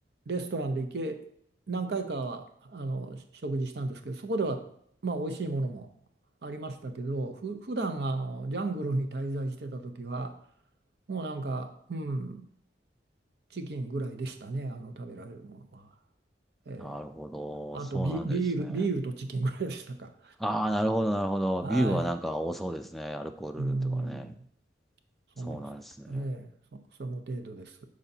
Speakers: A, on the right (about 65°); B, in the centre.
A: レストランで行け何回かはあのし食事したんですけどそこではまあ美味しいものもありましたけどふ普段あのジャングルに滞在してた時はもうなんか、うん、チキンぐらいでしたねあの食べられるものは、ええ
B: なるほど。
A: あとビ、
B: そうなんですね。
A: ビール、ビールとチキンぐらいでしたか
B: ああ、なるほど、なるほど。
A: はい、
B: ビールはなんか多そうですね。アルコールとかね。
A: うん、その、
B: そうなんですね。
A: ええそその程度です。